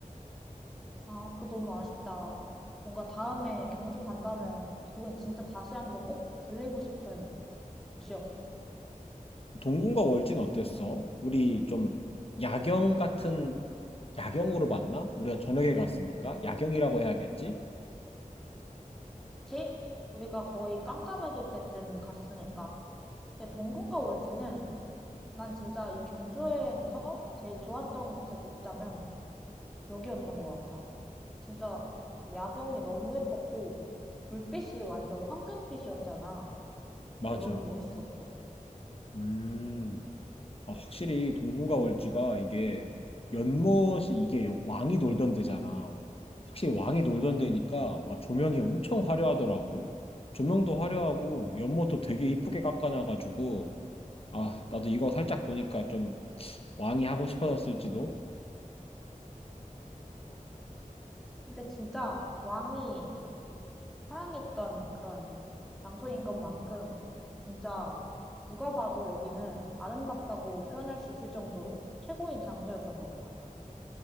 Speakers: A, in the centre; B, on the left (about 45°).
A: 아, 그거 너무 아쉽다. 뭔가 다음에 경주 간다면 거긴 진짜 다시 한번 꼭 들리고 싶은 곳이었어.
B: 동궁과 월진 어땠어? 우리 좀 야경 같은, 야경으로 봤나? 우리가 저녁에 갔으니까. 야경이라고 해야겠지?
A: 그치? 우리가 거의 깜깜해질 때쯤 갔으니까. 근데 동궁과 월지는 난 진짜 이 경주 여행에서 제일 좋았던 곳을 꼽자면 여기였던 것 같아. 진짜 그 야경이 너무 예뻤고 불빛이 완전 황금빛이었잖아. 그게
B: 맞아.
A: 너무 멋있었어.
B: 음. 아, 확실히 동궁과 월지가 이게 연못이 이게 왕이 놀던 데잖아. 확실히 왕이 놀던 데니까 아, 조명이 엄청 화려하더라고. 조명도 화려하고 연못도 되게 이쁘게 깎아놔가지고 아 나도 이거 살짝 보니까 좀 왕이 하고 싶어졌을지도.
A: 근데 진짜 왕이 사랑했던 그런 장소인 것만큼 진짜 누가 봐도 여기는 아름답다고 표현할 수 있을 정도로 최고인 장소였던 것 같아.